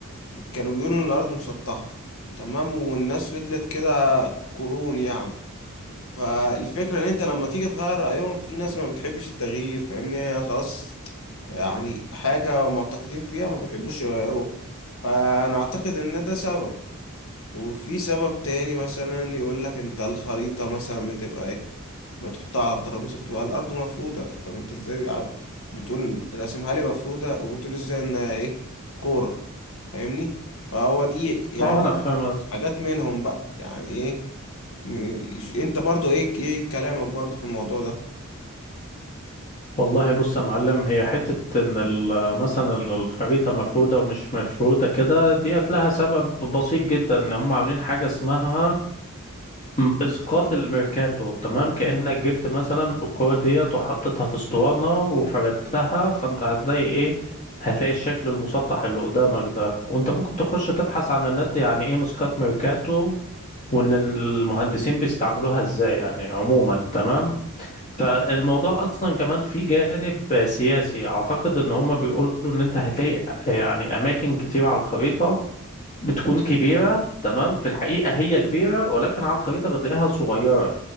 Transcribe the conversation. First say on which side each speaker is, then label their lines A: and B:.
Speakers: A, on the left; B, on the left.
A: كانوا بيقولوا ان الارض مسطحة تمام والناس فضلت كده قرون يعني فالفكرة ان انت لما تيجي تغير رأيهم في ناس ما بتحبش التغيير فاهمني يعني خلاص يعني حاجة معتقدين فيها ما بيحبوش يغيروها فانا اعتقد ان ده سبب وفي سبب تاني مثلا يقول لك انت الخريطة مثلا بتبقى ايه ما تحطها على الترابيزة بتبقى الارض مفرودة طب انت ازاي بيع- بتقول راسمها لي مفرودة وبتقول ازاي ان ايه كورة فاهمني فهو دي يعني
B: أه أنا فاهم
A: حاجات منهم بقى يعني ايه م- انت برضو ايه ايه كلامك برضو في الموضوع ده
B: والله بص يا معلم هي حتة إن ال- مثلا الخريطة مفرودة ومش مفرودة كده ديت لها سبب بسيط جدا إن هم عاملين حاجة اسمها م- إسقاط الميركاتو تمام كأنك جبت مثلا الكورة ديت وحطيتها في اسطوانة وفردتها فأنت هتلاقي إيه هتلاقي الشكل المسطح اللي قدامك ده وأنت ممكن تخش تبحث عن النت يعني إيه إسقاط ميركاتو وإن المهندسين بيستعملوها إزاي يعني عموما تمام فالموضوع اصلا كمان في جانب سياسي اعتقد ان هم بيقولوا ان انت هتلاقي آه، يعني اماكن كتير على الخريطه بتكون كبيره تمام في الحقيقه هي كبيره ولكن على الخريطه بتلاقيها صغيره